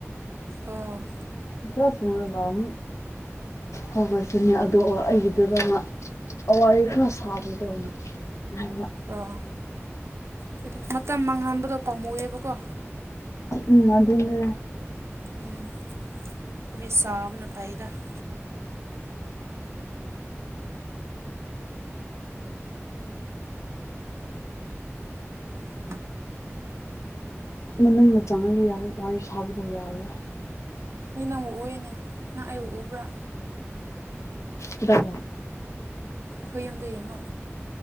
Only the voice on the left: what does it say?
ꯏ ꯇꯔ ꯂꯝ ꯍꯒ ꯑꯗꯨꯅꯦ ꯑꯗꯨꯒ ꯑꯩꯒꯤꯗꯨꯗ ꯋꯥꯔꯤ ꯈꯔ ꯁꯥꯕꯗꯧꯅꯤ ꯍꯥꯏꯕ
ꯎꯝ ꯑꯗꯨꯅ
ꯃꯃꯤꯟꯅ ꯆꯪꯉꯒ ꯌꯥ ꯋꯥꯔꯤ ꯁꯥꯕꯗꯣ ꯌꯥꯔꯦ
ꯑꯗꯨꯗꯗ